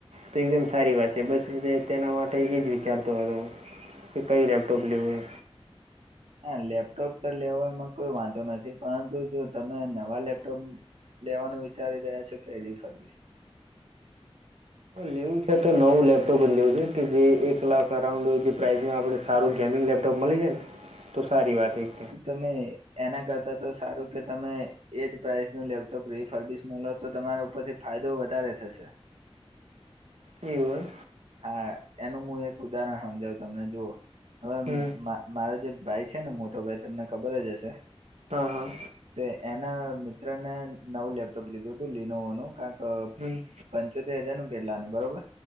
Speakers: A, on the right; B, on the right.
A: તો એકદમ સારી વાત છે બસ તેના માટે એજ વિચારતો હતો હું કે કઈ લપટોપ લે હોય
B: હા લેપટોપ તો લેવામાં કોઈ વાંધો નથી પરંતુ જો તમે નવા લેપટોપ લેવાનું વિચારી રહ્યા છો કે રફરી
A: લેવું છે તો નવું લેપટોપ જ લેવું છે કે જે એક લાખ અરાઉન્ડ જે પ્રાઇસમાં આપણે. સારું ગેમિંગ લેપટોપ મળી જાય ને તો સારી વાત એક.
B: તો તમે એના કરતા તો સારું કે તમે. એજ પ્રાઇસ નું લેપટોપ રિફર્બિસ મલ તો તમાર ઉપરથી ફાયદો વધારે થશે.
A: એવું એમ.
B: હા એનું મુ એક ઉદાહરણ હમજાવું તમે જુઓ હવે અમ
A: એમ હમ
B: મા મારો જે ભાઈ છે ને મોટો ભાઈ તમને ખબર જ હશે.
A: હા હા.
B: તે એના મિત્રને નવું લેપટોપ લીધું હતું લિનોવનું કાન્ક
A: હમ
B: પંચોતેર હજાર નું કેટલાનું બરોબર.